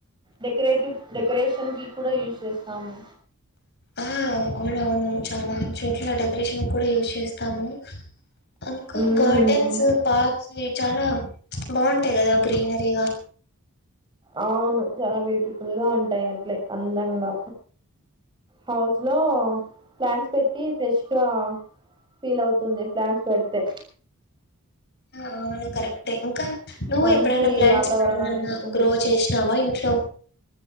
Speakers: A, on the right; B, on the left.
A: డెకరేటివ్ డెకరేషన్ కి కూడా యూజ్ చేస్తాము.
B: ఆ అవునవును చాల చోట్లా డెక్ రేషన్ కూడా యూజ్ చేస్తాము. అంక
A: మ్మ్
B: గార్డెన్స్ పాప్స్ ఏ చానా బావుంటాయి గదా గ్రీనరీగా
A: అవును చాలా బ్యూటిఫుల్ గా ఉంటాయి అట్లే అందంగా. హౌస్ లో ప్లాంట్స్ పెట్టి ఫ్రెష్ గా ఫీల్ అవుతుంది ప్లాంట్స్ పెడితే
B: ఆ అవును కరే క్టే ఇంకా నువ్వు
A: మంచి
B: ఎప్పుడైనా ప్లాంట్స్
A: వాతావరణాన్ని
B: ఎమన్నా
A: ఇస్తుంది
B: గ్రో చేసినావా ఇంట్లో?